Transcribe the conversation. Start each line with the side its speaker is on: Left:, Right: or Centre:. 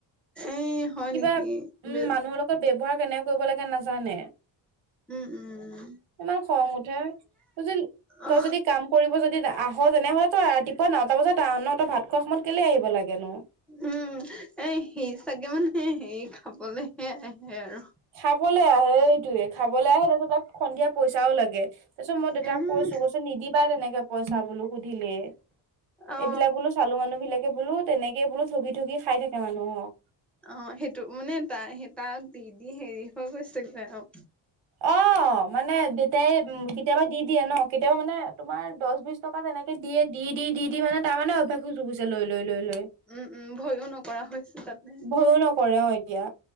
Centre: এ হয়
Right: কিবা
Centre: নেকি
Right: উম
Centre: বি
Right: মানুহৰ লগত ব্যৱহাৰ কেনেকে কৰিব লাগে নাজানে
Centre: উম উম
Right: ইমান খং উঠে তজি <unintelligible> তই
Centre: অ
Right: যদি কাম কৰিব যদি আহ তেনেহলে তই ৰাতিপুৱা নটা বজাত আহ ন তই ভাত খোৱা সময়ত কেলে আহিব লাগেনো
Centre: উম এ সি চাগে মানে সি সে খাবলৈহে আহে আৰু।
Right: খাবলৈ আহে এইটোয়ে খাবলৈ আহে তাছত তাক সন্ধিয়া পইচাও লাগে। তাৰ পিছত মই দেউতাক
Centre: উম
Right: কৈছো কৈছৈ নিদিবা তেনেকে পইচা বোলো সুধিলে।
Centre: অ
Right: এইবিলাক বোলো চালো মানুহ বিলাকে বোলো তেনেকে বোলো ঠগি ঠগি খাই থাকে মানুহক
Centre: অ সেইটো মানে তাই স তাক দি দি হেৰি হৈ গৈছেগৈ আৰু।
Right: অ মানে দেউতাই কেতিয়াবা দি দিয়ে ন কেতিয়াবা মানে তোমাৰ দহ বিশ টকা তেনেকে দিয়ে দি দি দি দি মানে তাৰমানে অভ্যাসো যোগিছে লৈ লৈ লৈ লৈ
Centre: উম উম ভয়ো নকৰা হৈছে তাতে
Right: ভয় কৰে অ এতিয়া